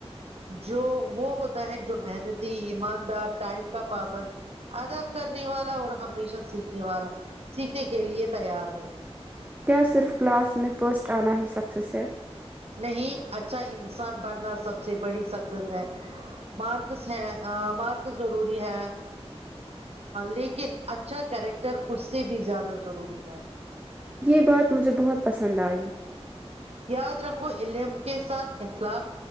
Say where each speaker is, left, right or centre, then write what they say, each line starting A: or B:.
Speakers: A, on the right; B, on the right.
A: جو وہ ہوتا ہے جو محنتی ایماندار ٹائم کا پابند ادب کرنے والا اور ہمیشہ سیکھنے والا سیکھنے کے لیے تیار ہو
B: کیا صرف کلاس میں فرسٹ آنا ہی سکسیز ہے
A: نہیں اچھا انسان بننا سب سے بڑی سکسیس ہے مارکس ہے مارکس ضروری ہے لیکن اچھا کیریکٹر اس سے بھی زیادہ ضروری ہے
B: یہ بات مجھے بہت پسند آئی
A: یاد رکھو علم کے ساتھ اخلاق